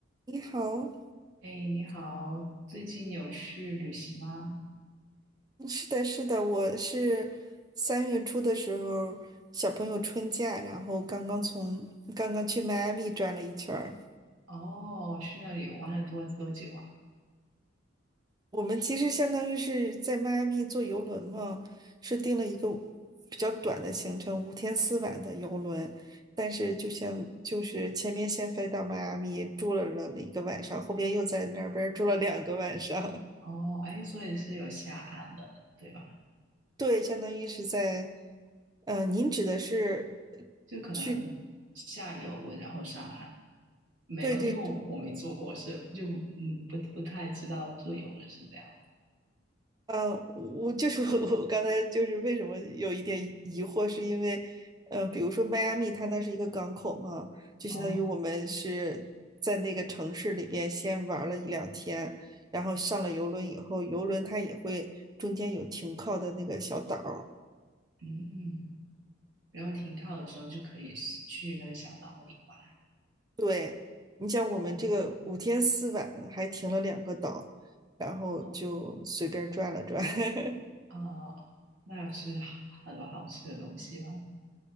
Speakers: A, on the right (about 20°); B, on the right (about 75°).
A: 你好，
B: 哎，你好，最近有去旅行吗？
A: 嗯是的，是的，我是三月初的时候，小朋友春假，然后刚刚从刚刚去迈阿密转了一圈儿。
B: 哦，去那里玩了多多久啊？
A: 我们其实相当于是在迈阿密坐游轮嘛，是订了一个比较短的行程，五天四晚的游轮。但是就像就是前面先飞到迈阿密住了了一个晚上，后边又在那边儿住了两个晚上。
B: 哦，哎，所以是有下岸了，对吧？
A: 对，相当于是在，呃，您指的是
B: 就可能下游轮然后上岸，
A: 去，
B: 没有，
A: 对对对
B: <laughs> 因为我我没坐过，是就嗯不不太知道坐游轮是这样。
A: 呃，我就是 <laughs> 我，我刚才就是为什么有一点疑惑，是因为，呃，比如说迈阿密，它那是一个港口嘛，就相当于我们是在那个城市里边先玩了一两天，
B: 哦，
A: 然后上了游轮以后，游轮它也会中间有停靠的那个小岛儿
B: 嗯，然后停靠的时候就可以去那个小岛那里玩。
A: 对，你像我们这个五天四晚还停了两个岛，
B: 哦
A: 然后就随便转了转。
B: 哦
A: <laughs>
B: 哦，那有吃很多好吃的东西吗？